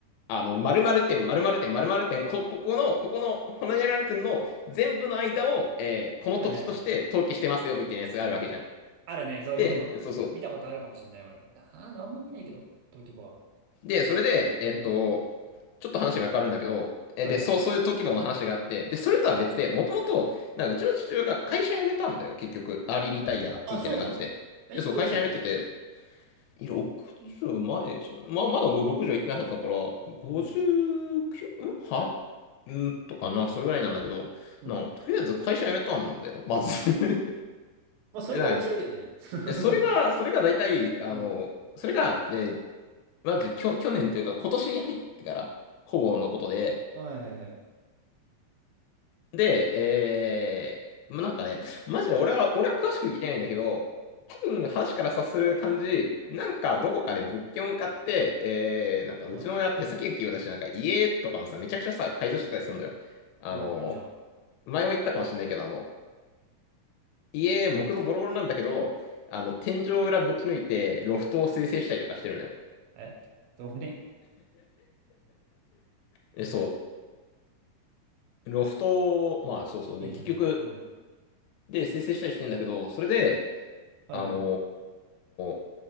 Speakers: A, on the left (about 85°); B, on the right (about 80°).
A: あの、〇〇点、〇〇点、〇〇点、こ、ここの、ここの、ほにゃらら点の全部の間を、えーこの土地として登記してますよ、
B: はいはいはい。
A: みたいなやつがあるわけじゃん。
B: あるね、そういうの。
A: で、そうそう。
B: 見たことあるかもしれない、俺。なああんま見ないけど、登記簿は。
A: で、それで、えっと、
B: うん。
A: ちょっと話が変わるんだけど、え、
B: はいはい。
A: で、そう、そういう登記簿の話があって、で、それとは別で、もともと、なんかうちの父親が会社辞めたんだよ、結局。アーリーリタイア、
B: あ、
A: みたいな感じで。
B: そうなのえ、
A: で、
B: いくつだっけ
A: そう、会社辞めてて、いや60前じゃない。
B: うん
A: まあ、まだ60行ってなかったから、59?
B: うん。
A: んはんとかな、それぐらいなんだけど、
B: うん。
A: な、とりあえず会社辞めたんだよ、まず。<laughs>
B: まあ、それが面白いけどね。
A: え、なんか、
B: <laughs>
A: えそれが、それが大体、あの、
B: うん。
A: それが、え、まず、きょ、去年というか、今年に入ってから、ほぼのことで、
B: はいはいはい。
A: で、えー、まなんかね、マジで俺は、俺は詳しく聞いてないんだけど、多分話から察する感じ、なんかどこかで物件を買って、えー、なんかうちの親手先が器用だし、
B: あ、
A: なんか家とかのさ、めちゃくちゃさ、改造してたりするのよ。あの、
B: おー、いいじゃん。
A: 前も言ったかもしれないけど、あの、家、木造ボロボロなんだけど、あの、天井裏ぶち抜いて、ロフトを生成したりとかしてるのよ。
B: えそうね。
A: え、そう。ロフトを、まあそうそうね、
B: いいじゃん、
A: 結局、
B: いいじゃん。うん。
A: で、生成したりしてんだけど、それで、
B: はいはい。
A: あのー